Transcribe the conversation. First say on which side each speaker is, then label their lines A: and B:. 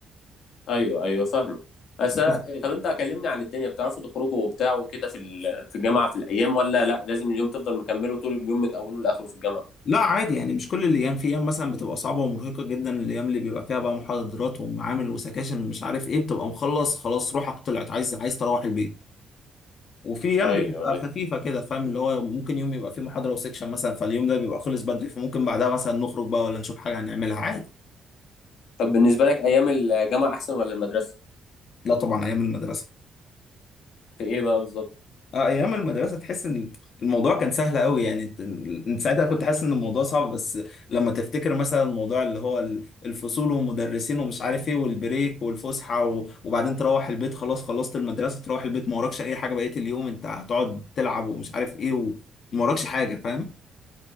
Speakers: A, on the left; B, on the left.
A: ايوه ايوه فاهمك بس أنا-
B: بس
A: طب انت كلمني عن الدنيا بتعرفوا تخرجوا وبتاع وكده في ال- في الجامعه في الايام ولا لا لازم اليوم تفضل مكمله طول اليوم من اوله لاخره في الجامعه
B: لا عادي يعني مش كل الايام في ايام مثلا بتبقى صعبه ومرهقه جدا الايام اللي بيبقى فيها بقى محاضرات ومعامل وسكاشن ومش عارف ايه بتبقى مخلص خلاص روحك طلعت عايز عايز تروح البيت وفي ايام
A: ايوه
B: بتبقى
A: ايوه
B: خفيفه كده فاهم اللي هو ممكن يوم يبقى فيه محاضره وسكشن مثلا فاليوم ده بيبقى خلص بدري فممكن بعدها مثلا نخرج بقى ولا نشوف حاجه هنعملها عادي
A: طب بالنسبه لك ايام الجامعه احسن ولا المدرسه
B: لا طبعا ايام المدرسه
A: في ايه بقى بالظبط
B: اه ايام المدرسه تحس ان الموضوع كان سهل قوي يعني انت انت ساعتها كنت حاسس ان الموضوع صعب بس لما تفتكر مثلا الموضوع اللي هو ال- الفصول والمدرسين ومش عارف ايه والبريك والفسحه و- وبعدين تروح البيت خلاص خلصت المدرسه تروح البيت ما وراكش اي حاجه بقيه اليوم انت هتقعد تلعب ومش عارف ايه وما وراكش حاجه فاهم